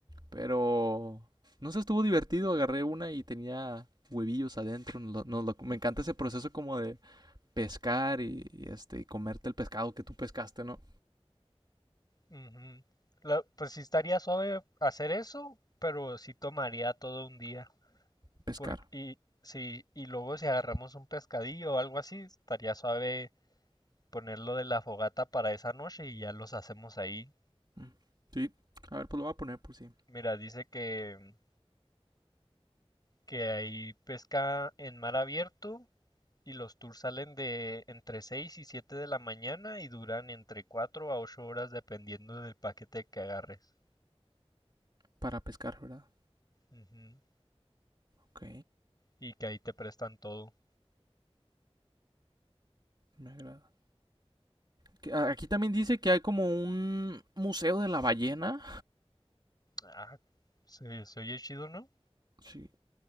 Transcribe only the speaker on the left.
Ujú. La- pues sí estaría suave hacer eso, pero sí tomaría todo un día.
Por- y, sí, y luego si agarramos un pescadillo o algo así, estaría suave ponerlo de la fogata para esa noche y ya los hacemos ahí.
Mira, dice que, que ahí pesca en mar abierto y los tours salen de entre 6 y 7 de la mañana y duran entre 4 a 8 horas dependiendo del paquete que agarres.
Ujú.
Y que ahí te prestan todo.
Ah, se, se oye chido, ¿no?